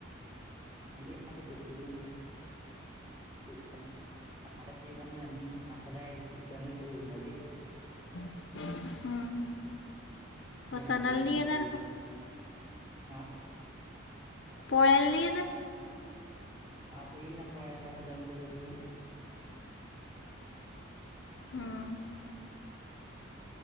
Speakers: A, on the right; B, on the left.
A: म्ह आता सुट्टी तू. काही जांगणार नाही आता काय सण सुर होऊन जातील.
B: हम्म होसानालली
A: गणपती
B: येणारार
A: हे.
B: का.
A: हा
B: पोळ्याला नाही येणार.
A: हा येईल ना पोहायला जमलं तररी येईल.
B: हां